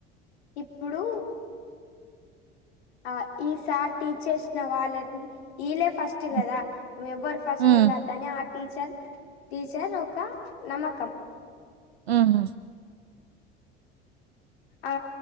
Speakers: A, on the left (about 75°); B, on the right (about 80°).
A: ఇప్పుడు ఆ ఈ సార్ టీచ్ చేసిన వాళ్ళని ఈల ఫస్ట్
B: హ్మ్.
A: కదా ఎవ్వరు ఫస్ట్
B: హ్మ్.
A: ఉండద్దని ఆ టీచర్ టీచర్ ఒక నమ్మకం
B: ఉహు
A: ఆ